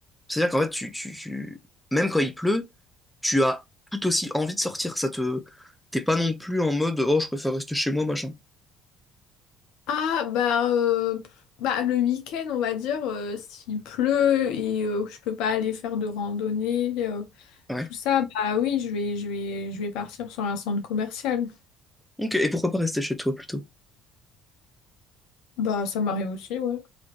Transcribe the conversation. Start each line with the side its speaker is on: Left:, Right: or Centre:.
Centre: c'est-à-dire qu'en fait, tu, tu, tu- même quand il pleut, tu as tout aussi envie de sortir. Ça te... T'es pas non plus en mode, oh, je préfère rester chez moi, machin.
Left: Ah bah, euh, pff, bah le week-end on va dire euh, s'il pleut et euh, que je peux pas aller faire de randonnée euh,
Centre: Ouais.
Left: tout ça bah oui je vais je vais je vais partir sur un centre commercial
Centre: Ok, et pourquoi pas rester chez toi plutôt?
Left: bah ça m'arrive aussi ouais